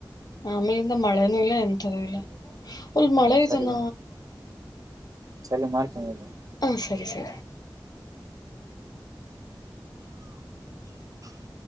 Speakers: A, on the left (about 55°); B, on the right (about 45°).
A: ಆಮೇಲಿಂದ ಮಳೆನೂ ಇಲ್ಲ ಎಂಥದೂ ಇಲ್ಲ ಒಅಲ್ ಮಳೆ
B: ಸರಿ
A: ಇದಾನ
B: ಸರಿ ಮಾಡ್ತನೀರು
A: ಹಾಂ ಸರಿ ಸರಿ
B: <unintelligible>